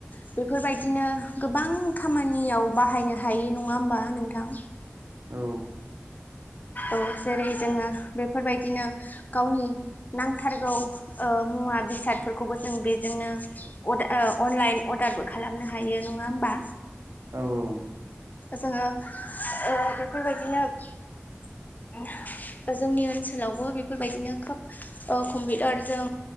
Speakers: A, on the left; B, on the right.
A: बेफोरबायदिनो गोबां खामानियाव बाहायनो हाय <unintelligible> नङा होमबा नोंथां
B: औ
A: औ जेरै जोङो बेफोरबायदिनो गावनि नांथारगौ ओ मुवा बेसाद फोरखौबो जों बेजोंनो अद ओ अनलाइन अर्डारबो खालामनो हायो नङा होमबा
B: औ औ
A: जोङो ओ बेफोरबायदिनो जोंनि ओनसोलावबो बेफोरबायदिनो खोब ओ कम्पिउटारजों